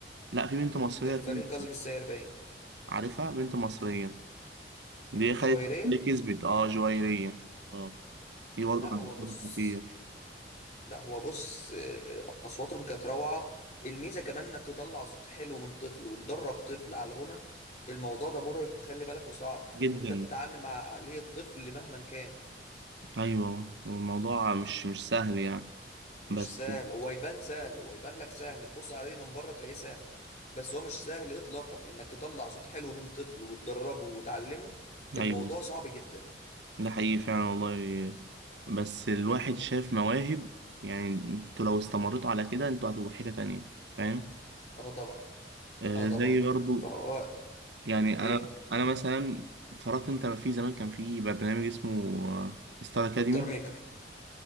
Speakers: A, on the right; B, on the left.
A: لا في بنت مصرية
B: كانت
A: كانت
B: فريق كاظم الساهر باين
A: عارفها بنت مصرية دي خدت
B: جويريه
A: اللي كسبت اه جويرية اه دي برضه
B: لا
A: كانت
B: هو بص
A: صوتها خطير
B: لا هو بص آه، اصواتهم كانت روعه الميزه كمان انك تطلع صوت حلو من طفل وتدرب طفل على الغنى الموضوع ده مرهق خلي بالك وصعب
A: جدا
B: لان انت بتتعامل مع عقليه طفل مهما كان
A: ايوه الموضوع مش مش سهل يعني
B: مش
A: بس
B: سهل هو يبان سهل هو يبان لك سهل تبص عليه من بره تلاقيه سهل بس هو مش سهل اطلاقا انك تطلع صوت حلو من طفل وتدربه وتعلمه الموضوع
A: ايوه
B: صعب جدا
A: ده حقيقي فعلا والله بس الواحد شاف مواهب يعني انتوا لو استمرتوا على كده انتوا هتبقوا في حتة تانية فاهم
B: اه طبعا
A: آه
B: اه طبعا
A: زي برضو
B: فهو
A: يعني انا
B: ايه
A: انا مثلا اتفرجت انت في زمان كان في برنامج اسمه ستار اكاديمي
B: ستار ميكر